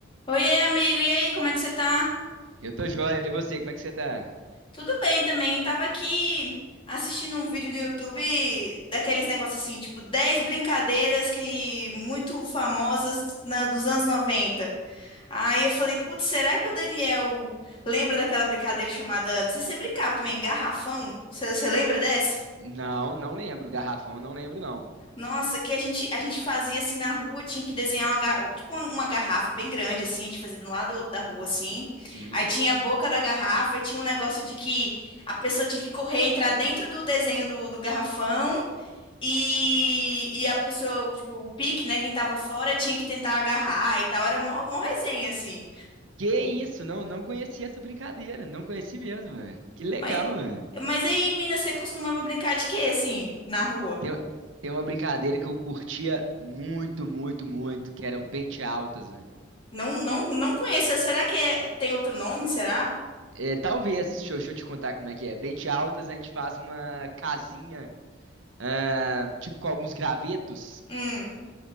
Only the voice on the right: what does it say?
Eu tô joia. E você, como é que você tá?
Não, não lembro. Garrafão, não lembro, não.
Sim.
Que isso? Não, não conhecia essa brincadeira. Não conheci mesmo, mano. Que legal,
mano.
Tem, tem uma brincadeira que eu curtia muito, muito, muito, que era o Bente Altas, mano.
É, talvez, deixa eu, deixa eu te contar como é que é. Bente Altas, a gente faz uma casinha, ah, tipo com alguns gravetos,